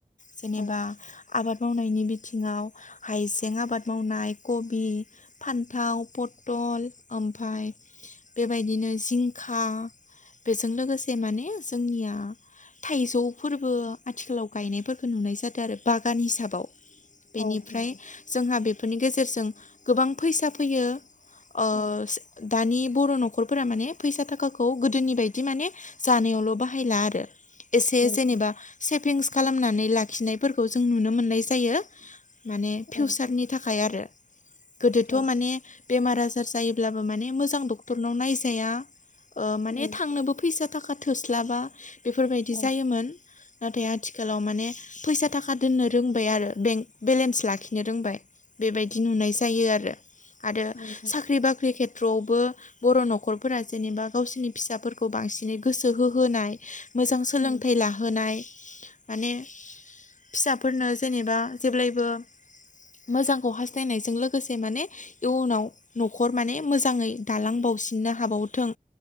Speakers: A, on the left; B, on the left.
A: जेनेबा
B: औ
A: आबाद मावनायनि बिथिङाव हाइजें आबाद मावनाय कबि, फान्थाव, पथल ओमफाय बेबायदिनो जिंखा बेजों लोगोसे माने जोंनिया थाइजौफोरबो आथिखालाव गायनायफोरखौ नुनाय जादों आरो बागान हिसाबाव बेनिफ्राय
B: औ नंगौ
A: जोंहा बेफोरनि गेजेरजों गोबां फैसा फैयो अ
B: औ
A: दानि बर' न'खरफोरा माने फैसा थाखाखौ गोदोनि बायदि माने जानायावल' बाहायला आरो एसे
B: नंगौ
A: जेनेबा सेभिंस खालामनानै लाखिनायफोरखौ जों नुनो मोननाय जायो। माने फिउचारनि
B: औ
A: थाखाय आरो गोदोथ'
B: औ
A: माने बेमार आ जार जायोब्लाबो माने मोजां डक्टरनाव नायजाया ओ माने
B: औ
A: थांनोबो फैसा थाखा थोस्लाबा बेफोरबायदि
B: औ
A: जायोमोन नाथाय आथिखालाव माने फैसा थाखा दोननो रोंबाय आरो बेंक बेलेन्स लाखिनो रोंबाय। बेबायदि नुनाय जायो आरो आरो
B: नंगौ
A: साख्रि बाख्रि खे थ्रआवबो बर' न'खरफोरा जेनेबा गावसोरनि फिसाफोरखौ बांसिनै गोसो होहोनाय मोजां सोलोंथाइ
B: औ
A: लाहोनाय माने फिसाफोरनो जेनेबा जेब्लायबो मोजांखौ हास्थायनायजों लोगोसे माने इयुनाव न'खर माने मोजाङै दालांबावो नो हावथों